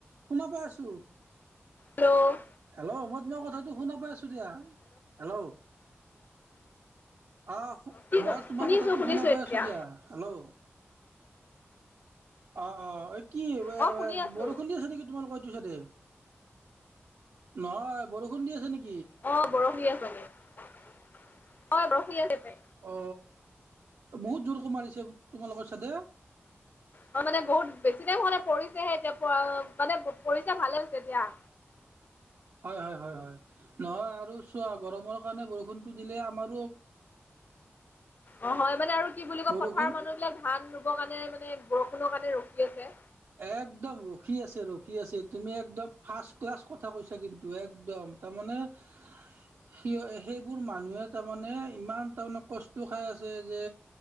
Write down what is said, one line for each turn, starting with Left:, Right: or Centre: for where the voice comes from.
Right: শুনা পাই আছো।
Left: হেল্ল'
Right: হেল্ল, মই তোমাৰ কথাটো শুনা পাই আছো। দিয়া। হেল্ল, অ,
Left: কি
Right: মই তোমাৰ
Left: শুনিছো
Right: কথাটো
Left: শুনিছো
Right: শুনা পাই
Left: এতিয়া
Right: আছো দিয়া হেল্ল, অ, অ, কি এ,
Left: অ শুনি আছো
Right: বৰষুণ দি আছে নেকি তোমালোকৰ দে, নহয় বৰষুণ দি আছে নেকি।
Left: <unintelligible>
Right: অ, বহুত জোৰ মাৰিছে, তোমালোকৰ চাইদে
Left: অ মানে বহুত বেছি টাইম হোৱা নাই পৰিছেহে এতিয়া মানে, পৰিছে ভালে হৈছে এতিয়া।
Right: হয়, হয়, হয়, হয়, নহয় আৰু চোৱা গৰমৰ কাৰণে বৰষুণতটো দিলে আমাৰ।
Left: অ, হয় মানে আৰু কি বুলি ক
Right: বৰষুণ
Left: পথাৰৰ মানুহ বিলাক ধান ৰো কাৰণে মানে বৰষুণৰ কাৰণে ৰখি আছে।
Right: একদম ৰখি আছে ৰখি আছে তুমি একদম ফাৰ্ষট ক্লাছ কথা কৈছা কিন্তু। একদম তাৰ মানে। সি, সেইবোৰ মানুহে তাৰমানে ইমান তাৰমানে কষ্ট খাই আছে যে।